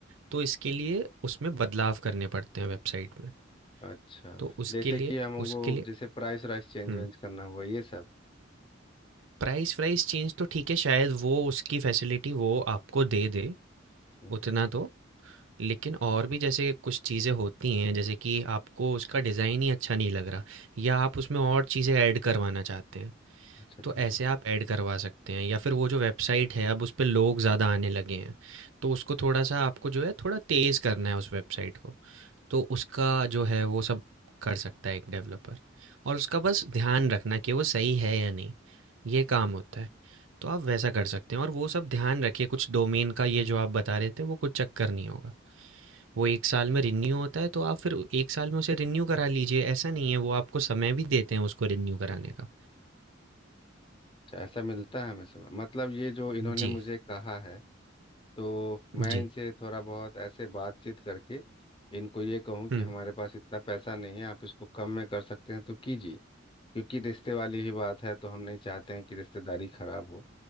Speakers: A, on the right (about 75°); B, on the left (about 25°).
A: तो इसके लिए उसमें बदलाव करने पड़ते हैं वेबसाइट में
B: अच्छा
A: तो उसके
B: जैसे
A: लिए
B: कि हमको
A: उसके लिए
B: जैसे प्राइस वाइस चेंज
A: हम्म
B: वेंज करना हुआ ये सब
A: प्राइस प्राइस चेंज तो ठीक है शायद वो उसकी फैसिलिटी वो आपको दे दे
B: हम्म,
A: उतना तो लेकिन और भी जैसे कुछ चीज़ें होती हैं जैसे कि आपको उसका डिज़ाइन ही अच्छा नहीं लग रहा या आप उसमें और
B: हम्म,
A: चीज़ें ऐड करवाना चाहते हैं
B: अच्छा अच्छा
A: तो ऐसे
B: अच्छा
A: आप ऐड करवा सकते हैं या फिर वो जो वेबसाइट है अब उस पे लोग ज़्यादा आने लगे हैं तो उसको थोड़ा सा आपको जो है थोड़ा तेज़ करना है उस वेबसाइट को तो उसका जो है वो सब कर सकता है एक डेवलपर और उसका बस ध्यान रखना कि वो सही है या नहीं ये काम होता है तो आप वैसा कर सकते हैं और वो सब ध्यान रखिए कुछ डोमेन का ये जो आप बता रहे थे वो कुछ चक्कर नहीं होगा वो एक साल में रिन्यू होता है तो आप फिर एक साल में उसे रिन्यू करा लीजिए ऐसा नहीं है वो आपको समय भी देते हैं उसको रिन्यू कराने का
B: अच्छा ऐसा मिलता है हमें समझ मतलब ये जो इन्होंने
A: जी
B: मुझे कहा है तो मैं
A: जी
B: इनसे थोड़ा बहुत ऐसे बातचीत करके इनको ये कहूँ कि
A: हुँ।
B: हमारे पास इतना पैसा नहीं है आप इसको कम में कर सकते हैं तो कीजिए क्योंकि रिश्ते वाली ही बात है तो हम नहीं चाहते हैं कि रिश्तेदारी खराब हो